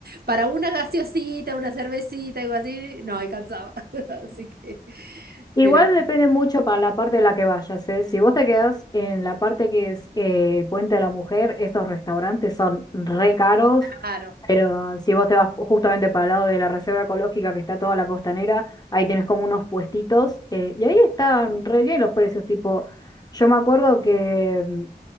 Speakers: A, on the right; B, on the left.
A: para una gaseosita, una cervecita, algo así, nos alcanzaba. <laughs> Así que,
B: Igual
A: pero
B: depende mucho para la parte de la que vayas, ¿eh? Si vos te quedás en la parte que es eh, el Puente de la Mujer, esos restaurantes son re caros,
A: claro,
B: pero si vos te vas justamente para el lado de la reserva ecológica que está toda la costanera, ahí tenés como unos puestitos eh, y ahí están re bien los precios, tipo, yo me acuerdo que mm,